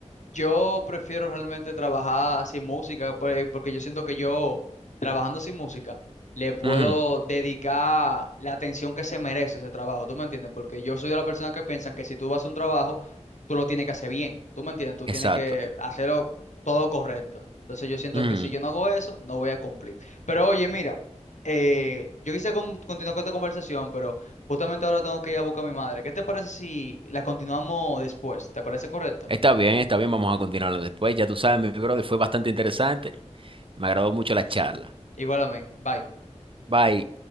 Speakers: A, on the left; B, on the right.
A: Yo prefiero realmente trabajar sin música, pues, porque yo siento que yo, trabajando sin música, le puedo
B: Ujú,
A: dedicar la atención que se merece ese trabajo, ¿tú me entiendes? Porque yo soy de la persona que piensan que si tú vas a un trabajo, tú lo tienes que hacer bien, ¿tú me entiendes? Tú
B: exacto.
A: tienes que hacerlo todo correcto. Entonces yo siento
B: Ujú.
A: que si yo no hago eso, no voy a cumplir. Pero oye, mira, eh, yo quisiera con- continuar con esta conversación, pero justamente ahora tengo que ir a buscar a mi madre. ¿Qué te parece si la continuamos después? ¿Te parece correcto?
B: Está bien, está bien, vamos a continuarlo después. Ya tú sabes, mi brother, fue bastante interesante. Me agradó mucho la charla.
A: Igual a mí. Bye.
B: Bye.